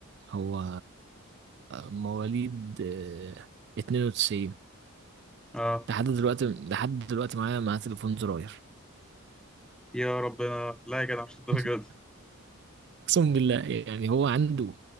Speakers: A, on the right (about 50°); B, in the centre.
A: هو مواليد آه، 92
B: اه
A: لحد دلوقتي لحد دلوقتي معايا معاه تليفون زراير
B: يا ربنا لا يا جدع مش
A: <laughs>
B: الدرجة دي
A: اقسم بالله يعني هو عنده